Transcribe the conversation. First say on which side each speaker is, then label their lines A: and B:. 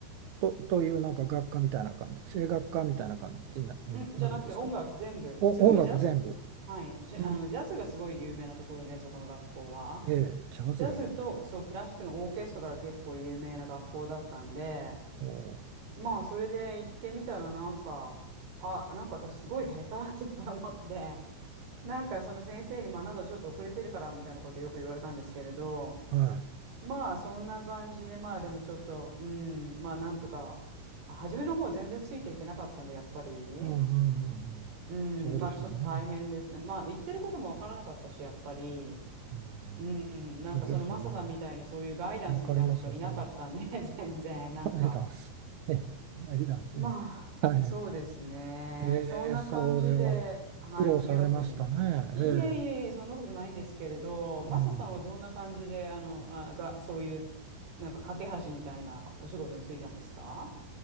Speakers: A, on the right; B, on the right.
A: と、というなんか学科みたいな感じ、声楽科みたいな感じにな、
B: んじゃなくて音楽全部、
A: なるんですか。お、
B: すごいジャズ、
A: 音楽全部。
B: はい、ジャ、
A: うん、
B: あの、ジャズがすごい有名なところで、そこの学校は。
A: ええ、ジャズが有名。
B: ジャズと、そう、クラシックのオーケストラが結構有名な学校だったんで、
A: お
B: まあ、それで行ってみたら、なんか、あ、なんか私すごい下手とか思って、なんかその先生にもあなたちょっと遅れてるからみたいなことよく言われたんですけれど、
A: ーはい。
B: まあ、そんな感じで、まあ、でもちょっと、うん、まあ、なんとか、初めの方は全然ついていけなかったんで、やっぱり。
A: うんうんうんうん。
B: うん、
A: そうですよね。
B: まあちょっと大変ですね。まあ言ってることもわからなかったし、やっぱり、
A: うん、
B: うん、なんかそのマサさんみたいにそういうガイダンスみたいな人いなかったんで、
A: そうですよね。わかります、わかります。
B: <laughs> 全然、なんか。
A: <laughs> はいダンス。え、はいダンスね。
B: まあ、
A: はい。
B: そうですね。
A: えー、
B: そんな感じで、
A: それは苦労されましたね。
B: はい、ニューヨークに。いえいえいえ、
A: えー、
B: そんなことないんですけれど、マサさんはどんな感じで、
A: うん。
B: あの、あ、が、そういう、なんか架け橋みたいなお仕事に就いたんですか